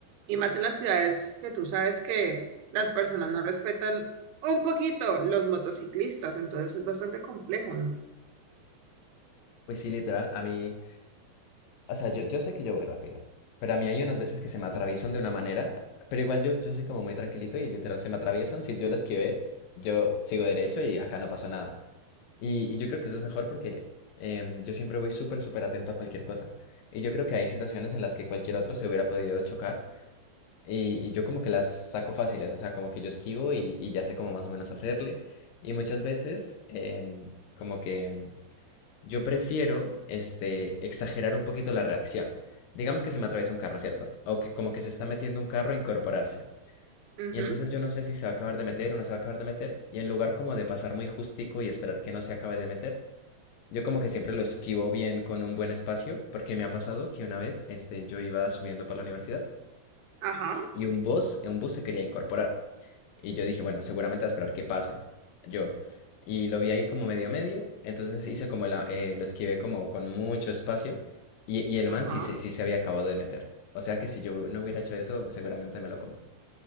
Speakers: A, on the right; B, on the left.
A: Y más en las ciudades que tú sabes que las personas no respetan un poquito los motociclistas, entonces es bastante complejo, ¿no?
B: Pues sí, literal, a mí, o sea, yo, yo sé que yo voy rápido, pero a mí hay unas veces que se me atraviesan de una manera, pero igual yo, yo soy como muy tranquilito y literal se me atraviesan. Si yo lo esquivé, yo sigo derecho y acá no pasó nada. Y, y yo creo que eso es mejor porque em, yo siempre voy súper, súper atento a cualquier cosa. Y yo creo que hay situaciones en las que cualquier otro se hubiera podido chocar. Y, y yo como que las saco fáciles, o sea, como que yo esquivo y, y ya sé cómo más o menos hacerle. Y muchas veces em, como que yo prefiero este, exagerar un poquito la reacción. Digamos que se me atraviesa un carro, ¿cierto? O que como que se está metiendo un carro a incorporarse.
A: Ujú,
B: Y entonces yo no sé si se va a acabar de meter o no se va a acabar de meter. Y en lugar como de pasar muy justico y esperar que no se acabe de meter, yo como que siempre lo esquivo bien con un buen espacio, porque me ha pasado que una vez este, yo iba subiendo para la universidad
A: Ajá,
B: y un bus, un bus se quería incorporar. Y yo dije, bueno, seguramente va a esperar que pase. Yo. Y lo vi ahí como medio medio, entonces hice como la, eh, lo esquivé como con mucho espacio y, y el
A: ajá.
B: man sí, se- sí se había acabado de meter. O sea que si yo no hubiera hecho eso, seguramente me lo como.